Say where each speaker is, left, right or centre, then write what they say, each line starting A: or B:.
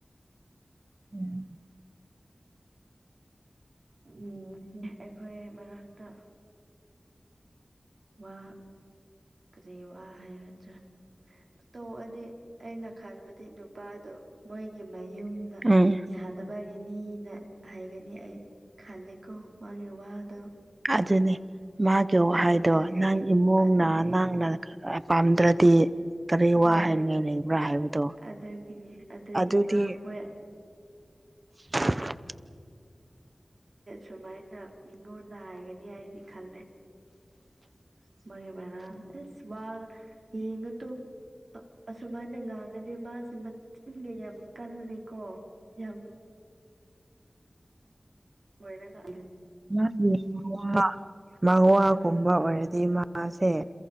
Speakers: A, on the right; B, on the right.
A: ꯎꯝ
B: ꯎꯝ ꯑꯩꯈꯣꯏ ꯃꯅꯥꯛꯇ ꯋꯥ ꯀꯔꯤ ꯋꯥ ꯍꯥꯏꯒꯗ꯭ꯔꯥ ꯇꯣꯛꯑꯗꯤ ꯑꯩꯅ ꯈꯟꯕꯗꯤ ꯅꯨꯄꯥꯗꯣ ꯃꯣꯏꯒꯤ ꯃꯌꯨꯝꯗ
A: ꯎꯝ
B: ꯌꯥꯗꯕ ꯏꯅꯤꯅ ꯍꯥꯏꯒꯅꯤ ꯑꯩ ꯈꯂꯦꯀꯣ ꯃꯥꯒꯤ ꯋꯥꯗꯣ
A: ꯑꯗꯨꯅꯤ ꯃꯥꯒꯤ ꯋꯥꯍꯩꯗꯣ
B: ꯑꯩꯗꯤ ꯈꯜꯂꯦ
A: ꯅꯪ ꯏꯃꯨꯡꯅ
B: ꯑꯗꯨꯅꯤ
A: ꯅꯪꯅ ꯄꯥꯝꯗ꯭ꯔꯗꯤ ꯀꯔꯤ ꯋꯥ
B: ꯍꯣꯏ
A: ꯍꯥꯏꯅꯤꯉꯥꯏ ꯂꯩꯕ꯭ꯔꯥ ꯍꯥꯏꯕꯗꯣ
B: ꯑꯗꯨꯒꯤꯅꯤ ꯑꯗꯨꯒꯤ
A: ꯑꯗꯨꯗꯤ
B: ꯃꯥ ꯃꯣꯏ
A: <inaudible>
B: ꯁꯨꯃꯥꯏꯅ ꯃꯤꯉꯣꯟꯗ ꯍꯥꯏꯒꯅꯤ ꯍꯥꯏꯗꯤ ꯈꯜꯂꯦ ꯃꯔꯩ ꯃꯔꯥꯡ ꯑꯦꯁ ꯋꯥ ꯌꯦꯉꯨ ꯇꯨ ꯑ ꯑꯁꯨꯃꯥꯏꯅ ꯉꯥꯡꯉꯗꯤ ꯃꯥꯁꯦ ꯃꯆꯤꯟꯒ ꯌꯥꯝ ꯀꯜꯂꯦꯀꯣ ꯌꯥꯝ ꯍꯣꯏꯔꯒ
A: ꯃꯥꯒꯤ ꯃꯋꯥ ꯃꯋꯥ ꯀꯨꯝꯕ ꯑꯣꯏꯔꯗꯤ ꯃꯥꯁꯦ